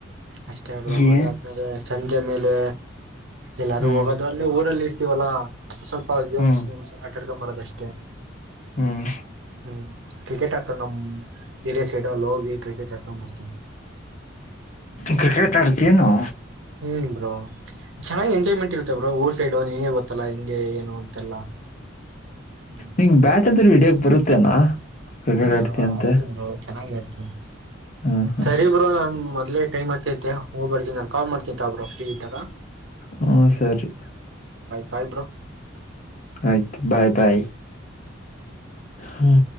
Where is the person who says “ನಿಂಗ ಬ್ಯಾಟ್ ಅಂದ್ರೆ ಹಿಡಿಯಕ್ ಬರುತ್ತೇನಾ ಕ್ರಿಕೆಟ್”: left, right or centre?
Left